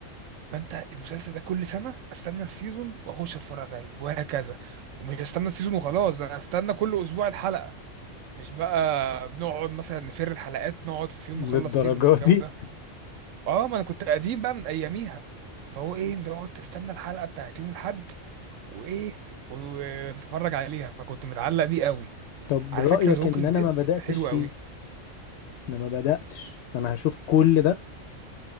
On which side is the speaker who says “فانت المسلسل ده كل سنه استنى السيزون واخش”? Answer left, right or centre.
Right